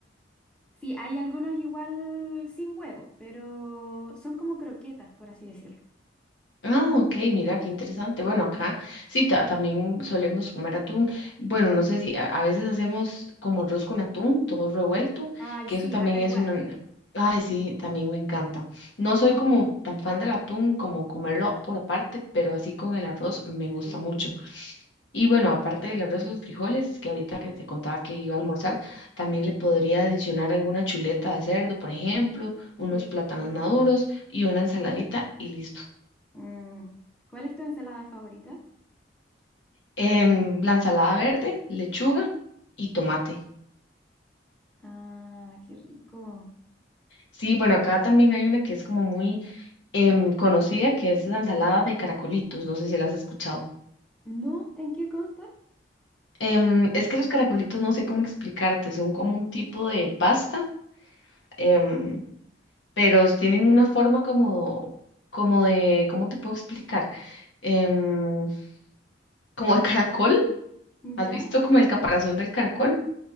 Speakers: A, in the centre; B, on the left.
A: Sí, hay algunos igual sin huevo, pero son como croquetas, por así decirlo.
B: Ah, ok, mira, qué interesante. Bueno, acá sí, ta- también solemos comer atún. Bueno, no sé si a, a veces hacemos como arroz con atún, todo revuelto,
A: Ay,
B: que
A: sí,
B: eso también
A: acá igual.
B: es una... Ay, sí, también me encanta. No soy como tan fan del atún como comerlo por aparte, pero así con el arroz me gusta
A: Sí,
B: mucho. Y bueno, aparte del arroz, los frijoles, que ahorita que te contaba que iba a almorzar, también le podría adicionar alguna chuleta de cerdo, por ejemplo, unos
A: sí,
B: plátanos
A: qué rico.
B: maduros y una ensaladita y listo.
A: Mm, ¿Cuál es tu ensalada favorita?
B: em, la ensalada verde, lechuga y tomate.
A: Ah, qué rico.
B: Sí, bueno, acá también hay una que es como muy em, conocida, que es la ensalada de caracolitos. No sé si la has escuchado.
A: ¿No? ¿En qué consta?
B: Em, es que los caracolitos no sé cómo explicarte, son como un tipo de pasta, em, pero s- tienen una forma como, como de, ¿cómo te puedo explicar? Em, como de caracol.
A: ¿Ya?
B: ¿Has visto como el caparazón del caracol?